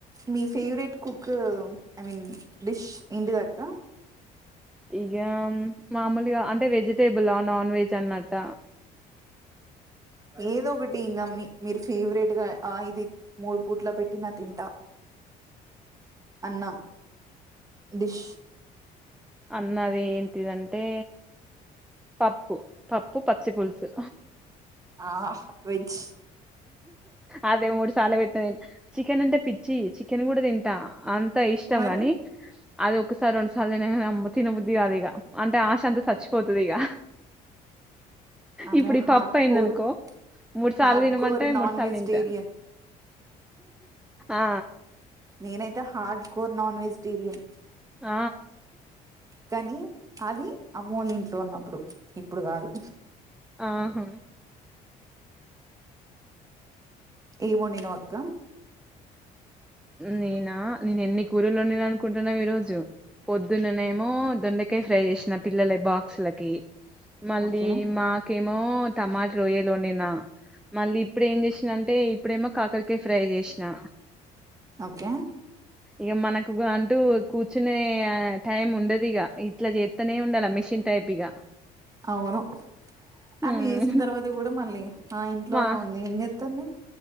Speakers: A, on the right (about 20°); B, in the centre.
A: మీ favourite cook I mean dish ఏంటిదక్క
B: ఇగ మామూలుగా అంటే వెజిటేబులా నాన్ వెజ్ అన్నట్ట
A: ఏదో ఒకటి ఇంగమ్మి మీరు ఫేవరెట్ గా ఇది మూడు పూట్ల పెట్టిన తింటా అన్నా డిష్
B: అన్నది ఏంటిదంటే పప్పు పప్పు పచ్చి పులుసు
A: ఆ వెజ్
B: అదే మూడు సార్ల పెట్టిన తింట చికెన్ అంటే పిచ్చి చికెన్ కూడా తింటా అం ఇష్టం
A: మరి
B: గాని అది ఒకసారి రెండుసార్లు తినంగానే తినబుద్ధది కాదు ఇగ అంటే ఆశ అంత చచ్చిపోతుంది ఇగ
A: ఆమె
B: ఇప్పుడు ఈ
A: హట్
B: పప్పు అయిందనుకో
A: కోర్
B: మూడు సార్లు
A: హార్డ్
B: తినమంటే
A: కోర్
B: మూడుసార్లు
A: నాన్ వెజిటేరియన్
B: తింటే ఆ
A: నేనైతే హార్డ్ కోర్ నాన్ వెజిటేరియన్
B: ఆ
A: కానీ అది అమ్మోళ్ల ఇంట్లో ఉన్నప్పుడు ఇప్పుడు కాదు
B: ఆహా
A: ఏమొండి నవ్ అక్క
B: నేనా నేను ఎన్ని కూరల్లోండిన అనుకుంటున్నావ్ ఈ రోజు పొద్దుననేమో దొండ కాయ్ ఫ్రై చేసిన పిల్లల బక్స్ లకి మళ్ళీ
A: ఓకే
B: మా ఏమో టమాట వొయ్యలోండినా మళ్ళీ ఇప్పుడు ఏం చేసిన అంటే ఇప్పుడేమో కాకరకాయ ఫ్రై చేసినా
A: ఓకే
B: ఇక మనకుగా అంటూ కూర్చునే టైమ్ ఉండదిగా ఇట్లా చేత్తనే ఉండాల మెషిన్ టైప్ ఇగ
A: అవును.
B: హ్మ్.
A: అది ఏసిన్ తర్వాత కూడా మళ్ళీ. ఆ ఇంట్లోనే
B: మా
A: ఉంది ఏం చేత్తుంది.